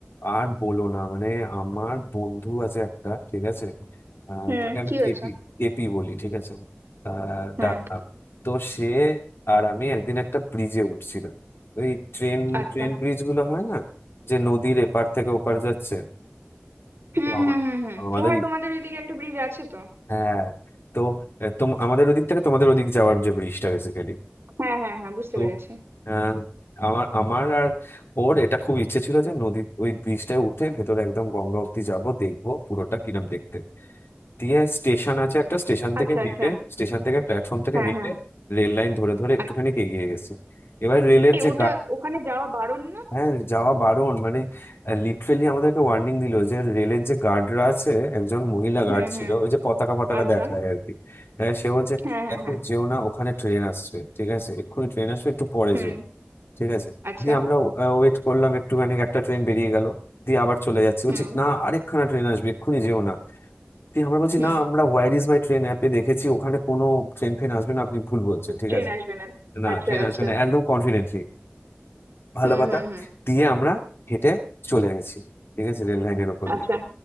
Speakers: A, on the left; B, on the right.
A: আর বলো না মানে আমার বন্ধু আছে একটা ঠিক আছে আহ,
B: হুম
A: তাকে আমি
B: কি হয়েছে
A: কেপি কেপি বলি ঠিক আছে আহ,
B: হুম
A: ডাকনাম তো সে আর আমি একদিন একটা ব্রিজে উঠছিল ওই ট্রেন
B: আচ্ছা
A: ট্রেন ব্রিজ গুলো হয় না যে নদীর এপার থেকে ওপার যাচ্ছে
B: হুম
A: তো আমা-
B: হুম হুম হুম
A: আমাদেরই
B: ও হ্যাঁ তোমাদের ওইদিকে একটা ব্রিজ আছে তো
A: হ্যাঁ তো আহ, তোম- আমাদের ওদিক থেকে তোমাদের ওদিক যাওয়ার যে ব্রিজটা বেসিক্যালি
B: হ্যাঁ হ্যাঁ হ্যাঁ বুঝতে
A: তো
B: পেরেছি
A: আহ, আমার আমার আর ওর এটা খুব ইচ্ছে ছিল যে নদীর ওই ব্রিজটায় উঠে ভেতরে একদম গঙ্গা অবধি যাবো দেখবো পুরোটা কিরম দেখতে দিয়ে স্টেশন আছে একটা স্টেশন থেকে
B: আচ্ছা
A: নেমে
B: আচ্ছা
A: স্টেশন থেকে প্ল্যাটফর্ম থেকে
B: হ্যাঁ
A: নেমে
B: হ্যাঁ
A: রেল লাইন ধরে ধরে একটুখানি
B: আচ্ছা।
A: এগিয়ে গেছি এবার রেলের
B: এ
A: যে
B: ওটা ওখানে যাওয়া বারণ না
A: হ্যাঁ যাওয়া বারণ মানে লিটারেলি আমাদেরকে ওয়ার্নিং দিল যে রেলের যে গার্ডরা আছে একজন মহিলা
B: হুম
A: গার্ড ছিল
B: হুম
A: ওই যে পতাকা পতাকা
B: আচ্ছা
A: দেখায় আর কি হ্যাঁ সে বলছে
B: হ্যাঁ হ্যাঁ
A: এখন
B: হ্যাঁ
A: যেও না ওখানে ট্রেন আসবে ঠিক আছে এক্ষুনি ট্রেন আসবে একটু পরে
B: হুম
A: যেও ঠিক আছে
B: আচ্ছা
A: দিয়ে আমরা ওয়েট করলাম একটুখানি একটা ট্রেন বেরিয়ে গেল দিয়ে আবার চলে যাচ্ছি বলছি
B: হুম
A: না আরেকখানা ট্রেন আসবে এক্ষুনি যেও না দিয়ে আমরা বলছি
B: হুম
A: না আমরা হোয়ার ইজ মাই ট্রেন অ্যাপে দেখেছি ওখানে কোনো ট্রেন ফেন আসবে না আপনি ভুল বলছেন ঠিক
B: ট্রেন
A: আছে
B: আসবে না
A: না
B: আচ্ছা
A: ট্রেন
B: আচ্ছা
A: আসবে না একদম কনফিডেন্টলি ভালো
B: হুম
A: কথা
B: হুম হুম
A: দিয়ে আমরা হেঁটে চলে গেছি ঠিক আছে রেল লাইনের ওপর
B: আচ্ছা
A: দিয়ে